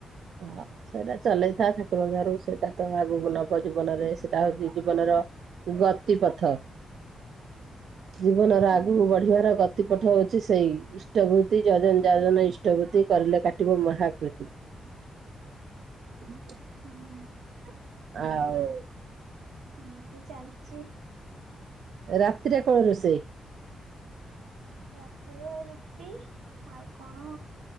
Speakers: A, on the right; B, on the right.
A: ହଁ ସେଇଟା ଚଲେଇଥା ଠାକୁରଙ୍କ ଦୟାରୁ ସେଇଟା ତ ଆଗକୁ ନବ। ଜୀବନରେ ସେଟା ହଉଚି ଜୀବନର ଗତି ପଥ। ଜୀବନର
B: ହୁଁ
A: ଆଗକୁ ବଢିବାର ଗତି ପଥ ହଉଛି ସେଇ ଇଷ୍ଟବୂତି। ଯଜନ ଯାଜନ ଇଷ୍ଟବୂତି କରିଲେ କାଟିବ ମହାକୃତି। <inaudible>
B: ହୁଁ
A: ଆଉ
B: ଏମିତି ଚାଲଚି।
A: ରାତିରେ କଣ ରୋଷେଇ?
B: ରାତିରେ ରୁଟି ଆଉ କଣ